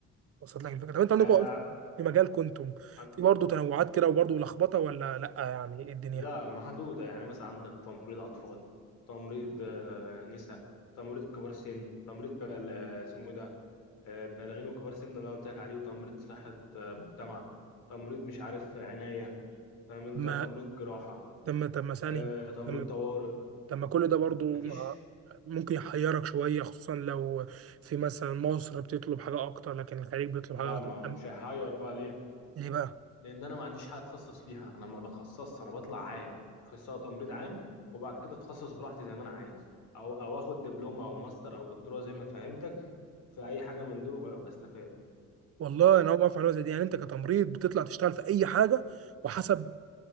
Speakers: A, on the right; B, on the left.
A: وصلت لك الفكره طب انتوا عندكم
B: آه
A: اصلا في مجال كنتم
B: عن-
A: في برضه تنوعات كده وبرضه لخبطه ولا لا يعني ايه الدنيا
B: لا محدوده يعني مثلا عندك تمريض اطفال تمريض آه، نساء تمريض كبار سن تمريض بقى اسمه ايه ده آه، بالغين وكبار سن اللي أنا قلت لك عليه وتمريض صحه آه، مجتمع تمريض مش عارف عنايه فاهم انت
A: ما
B: تمريض جراحة
A: تم تم ثاني
B: آه، تمريض
A: تم
B: طوارئ
A: تم كل ده برضه
B: مفيش
A: مع- ممكن يحيرك شويه خصوصا لو في مثلا مصر بتطلب حاجه اكتر لكن الخليج بيطلب
B: لا
A: حاجه اكتر
B: ما مش
A: أم-
B: هيحير بقى ليه
A: ليه بقى
B: لان انا ما عنديش حاجة اتخصص فيها انا ما بتخصصش انا بطلع عام اخصائي تمريض عام وبعد كده اتخصص براحتي زي ما انا عايز او او اخد دبلومة او ماستر او دكتوراه زي ما فهمتك في اي حاجة من دول وب- بستفاد
A: والله انا اول ما اعرف معلومه زي دي يعني انت كتمريض بتطلع تشتغل في اي حاجه وحسب